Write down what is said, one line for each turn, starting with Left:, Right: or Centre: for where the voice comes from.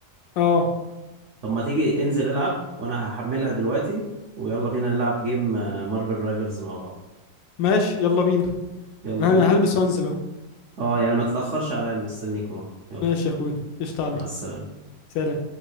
Left: اه
Right: طب ما تيجي انزل العب وانا هحملها دلوقتي ويلا بينا نلعب جيم مارفل رايفلز مع بعض
Left: ماشي يلا بينا
Right: يلا
Left: انا
Right: بينا
Left: هلبس وانزل اهو
Right: اه يعني ما تتاخرش عليا انا مستنيك اهو يلا
Left: ماشي يا اخويا قشطة عليك
Right: مع السلامه
Left: سلام